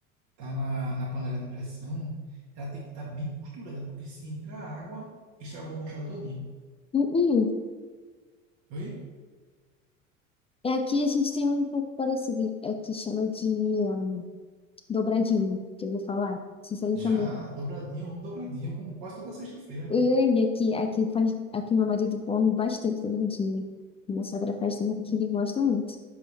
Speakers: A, on the right (about 50°); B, on the left (about 15°).
A: tá na, na panela de pressão, ela tem que estar bem costurada, porque se entrar água, estragou a buchada todinha.
B: Uhum.
A: Oi?
B: É aqui a gente tem um pouco parecido, é que chama de um, dobradinho, que eu vou falar. Isso aí
A: Já
B: também.
A: dobradinha, homem dobradinha, eu como quase toda sexta-feira.
B: E aqui, aqui faz, aqui meu marido come bastante dobradinho. Minha sogra faz
A: Co-
B: também, porque ele gosta muito.